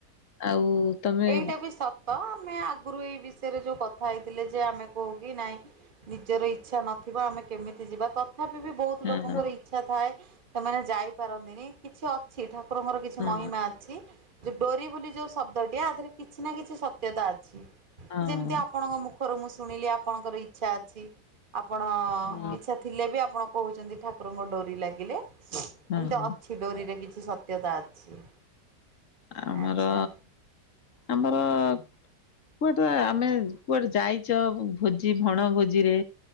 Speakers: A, on the left; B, on the right.
A: ଆଉ ତମେ
B: ଏଇଟା ବି ସ ତ ଆମେ ଆଗରୁ ଏଇ ବିଷୟରେ ଯୋଉ କଥା ହେଇଥିଲେ ଯେ ଆମେ କହୁ କି ନାଇଁ ନିଜର ଇଚ୍ଛା ନଥିବ ଆମେ କେମିତି ଯିବା। ତଥାପି ବି ବହୁତ
A: ହଁ
B: ଲୋକଙ୍କର ଇଚ୍ଛା ଥାଏ ସେମାନେ ଯାଇପାରନ୍ତିନି। କିଛି ଅଛି ଠାକୁରଙ୍କର କିଛି
A: ହଁ
B: ମହିମା ଅଛି। ଯେ ଡୋରି ବୋଲି ଯୋଉ ଶବ୍ଦଟିଏ ଆ ଦିହରେ କିଛି ନା କିଛି ସତ୍ୟତା ଅଛି।
A: ହଁ
B: ଯେମିତି ଆପଣଙ୍କ ମୁ ମୁଁ ଶୁଣିଲି ଆପଣଙ୍କର ଇଚ୍ଛା ଅଛି। ଆପଣ
A: ହଁ
B: ଇଚ୍ଛା ଥିଲେ ବି ଆପଣ କହୁଚନ୍ତି ଠାକୁରଙ୍କ ଡୋରି ଲାଗିଲେ ଏମିତି
A: ହଁ
B: ଅଛି ଡୋରିରେ କିଛି ସତ୍ୟତା ଅଛି।
A: ଆମର
B: ଆଚ୍ଛା
A: ଆମର କୁଆଡେ ଆମେ କୁଆଡେ ଯାଇଚ ଭୋଜି ବଣ ଭୋଜିରେ